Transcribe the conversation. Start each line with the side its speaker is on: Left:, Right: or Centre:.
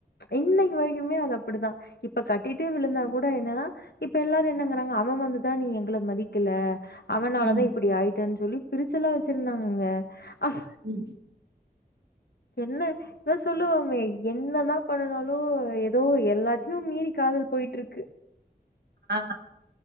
Left: இன்னைக்கு வரைக்குமே அது அப்டிதா இப்ப கட்டிட்டே விழுந்தா கூட என்னன்னா இப்ப எல்லாரு என்னங்கறாங்க அவ வந்துதா நீ எங்கள மதிக்கல அவனால
Right: ம்
Left: தா இப்டி ஆயிட்டன் சொல்லி பிரிச்சுல்லா வச்சிருந்தாங்கங்க அங்
Right: உம்
Left: என்ன இவா சொல்லுவாமே என்னதா பண்ணுனாலு ஏதோ எல்லாத்தையு மீறி காதல் போயிட்டு இருக்கு
Right: ஆ